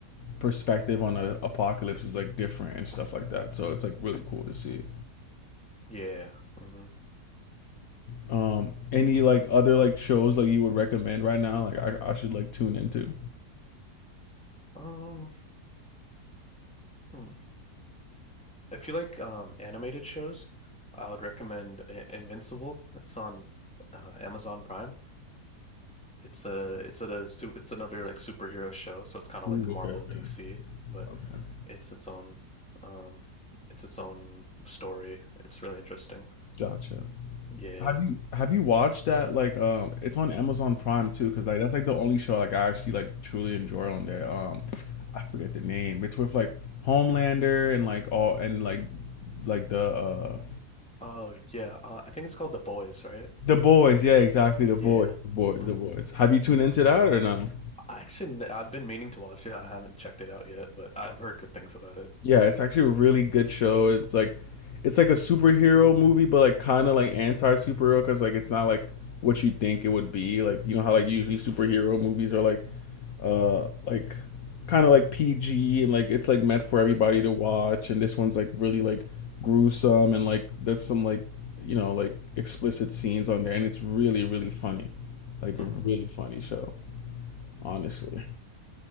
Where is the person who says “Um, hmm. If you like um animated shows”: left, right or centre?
Centre